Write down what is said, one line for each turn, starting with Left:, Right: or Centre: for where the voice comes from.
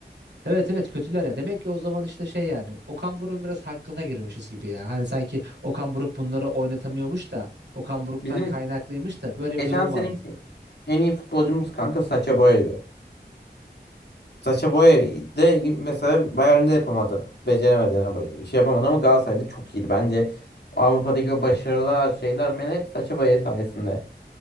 Right: Evet evet kötüler ya. Demek ki o zaman işte şey yani Okan Buruk'un biraz hakkına girmişiz gibi ya. Hani sanki Okan Buruk bunları oynatamıyormuş da Okan Buruk'tan
Left: Bizim
Right: kaynaklıymış da böyle
Left: geçen
Right: bir durum
Left: seneki
Right: vardı.
Left: en iyi futbolcumuz kanka Sacha Boey'di. Saça Boey de mesela Bayern'de yapamadı. Beceremedi yani. Ba- Şey yapamadı ama Galatasaray'da çok iyiydi. Bence Avrupa'daki o başarılar şeyler men hep Sacha Boey sayesinde.